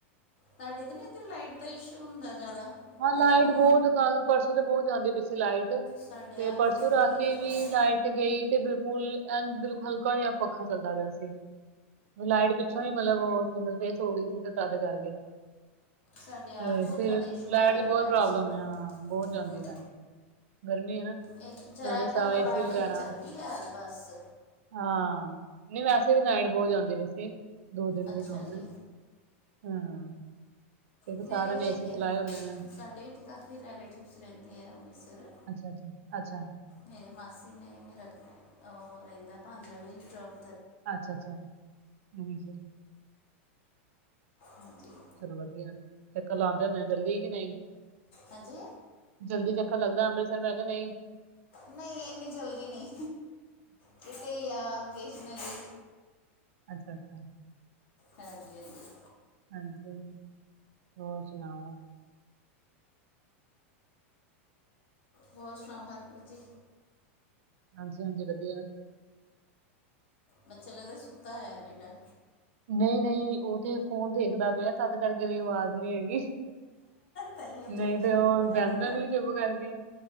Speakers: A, on the left (about 60°); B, on the right (about 75°).
A: ਤੁਹਾਡੇ ਤੇ ਨੀ ਇੱਧਰ ਲਾਈਟ ਦਾ ਇਸ਼ੂ ਹੁੰਦਾ ਜ਼ਿਆਦਾ।
B: ਹਾਂ
A: ਜਿੱਦਾਂ
B: ਲਾਈਟ
A: ਹੁਣ
B: ਬਹੁਤ ਕੱਲ ਪਰਸੋਂ ਤੇ ਬਹੁਤ ਜਾਂਦੀ ਪਈ ਸੀ ਲਾਈਟ।
A: ਸਾਡੇ
B: ਤੇ
A: ਆ ਬਹੁਤ
B: ਪਰਸੋਂ
A: ਦੁਖੀ
B: ਰਾਤੀ
A: ਕੀਤਾ
B: ਵੀ
A: ਹੋਇਆ
B: ਲਾਈ ਲਾਈਟ ਗਈ ਤੇ ਬਿਲਕੁਲ ਐ ਬਿਲਕੁਲ ਹਲਕਾ ਜਿਆ ਪੱਖਾ ਚੱਲਦਾ ਪਿਆ ਸੀ। ਲਾਈਟ ਪਿੱਛੋਂ ਹੀ ਮਤਲਬ ਉਹ ਸਿੰਗਲ ਫੇਸ ਹੋ ਗਈ ਸੀ ਤੇ ਤਦ ਕਰਕੇ।
A: ਸਾਡੇ ਆਪ
B: ਤੇ
A: ਬਹੁਤ
B: ਫਿਰ
A: ਜ਼ਿਆਦਾ ਇਸ਼ੂ
B: ਲਾਈਟ
A: ਆ
B: ਦੀ
A: ਰਿਹਾ
B: ਬਹੁਤ
A: ਲਾਈਟਸ
B: ਪ੍ਰੋਬਲਮ
A: ਦਾ
B: ਆ ਬਹੁਤ
A: ਹੂੰ।
B: ਜਾਂਦੀ ਲਾਈਟ ਗਰਮੀ ਹੈ ਨਾ
A: ਏ ਜ਼ਰਾ
B: ਨਾਲੇ
A: ਕ
B: ਸਾਹ
A: ਹਵਾ
B: ਏਸੀ
A: ਹਨੇਰੀ
B: ਵਗੈਰਾ
A: ਚਲਦੀ ਆ ਬਸ।
B: ਹਾਂ, ਨਹੀਂ ਵੈਸੇ ਵੀ ਲਾਈਟ ਬਹੁਤ ਜਾਂਦੀ ਪਾਈ ਸੀ। ਦੋ-ਤਿੰਨ
A: ਅੱਛਾ
B: ਦਿਨ ਹੋ ਗਏ
A: ਜੀ
B: ਹਾਂ। ਕਿਉਂਕਿ
A: ਮੇਰੇ,
B: ਸਾਰਿਆਂ ਨੇ ਏਸੀ ਚਲਾਏ ਹੁੰਦੇ ਨੇ
A: ਸਾਡੇ ਵੀ ਇੱਥੇ ਕਾਫੀ ਰੈਲੇਟਿਵਸ ਰਹਿੰਦੇ ਆ ਅੰਮ੍ਰਿਤਸਰ।
B: ਅੱਛਾ ਅੱਛਾ ਅੱਛਾ।
A: ਮੇਰੇ ਮਾਸੀ ਨੇ, ਮੇਰਾ ਓ ਰਹਿੰਦਾ ਭਾਣਜਾ ਵੀ ਜੋਬ
B: ਅੱਛਾ ਅੱਛਾ ਹਾਂਜੀ।
A: ਹਾਂਜੀ।
B: ਚਲੋ ਵਧੀਆ, ਚੱਕਰ ਲਉਂਦੇ ਹੁੰਦੇ ਓ ਜਲਦੀ ਕਿ ਨਹੀਂ?
A: ਹਾਂਜੀ?
B: ਜਲਦੀ ਚੱਕਰ ਲੱਗਦਾ ਅੰਮ੍ਰਿਤਸਰ ਮੈਂ ਕਿਆ ਨਹੀਂ?
A: ਨਹੀਂ ਇੰਨੀ ਜਲਦੀ ਨਹੀਂ, ਕਿਤੇ ਆ ਕੇਸਨਲੀ।
B: ਅੱਛਾ ਅੱਛਾ।
A: ਹਾਂਜੀ ਹਾਂਜੀ।
B: ਹਾਂਜੀ, ਹੋਰ ਸੁਣਾਓ?
A: ਹੋਰ ਸੁਣਾਓ ਹਰਪ੍ਰੀਤ ਜੀ?
B: ਹਾਂਜੀ ਹਾਂਜੀ ਵਧੀਆ।
A: ਬੱਚੇ ਲੱਗਦਾ ਸੁੱਤਾ ਹੋਇਆ ਬੇਟਾ?
B: ਨਹੀਂ-ਨਹੀਂ ਉਹ ਤੇੇ ਫ਼ੋਨ ਦੇਖਦਾ ਪਿਆ ਤਦ ਕਰਕੇ ਨੀ ਆਵਾਜ਼ ਨਹੀਂ ਹੈਗੀ।
A: ਤਾਈਓ
B: ਨਹੀਂ
A: ਚੁੱਪ ਕਰਕੇ
B: ਤੇ ਉਹ
A: ਬੈਠਾ
B: ਬਹਿੰਦਾ ਨੀ ਚੁਪ ਕਰਕੇ।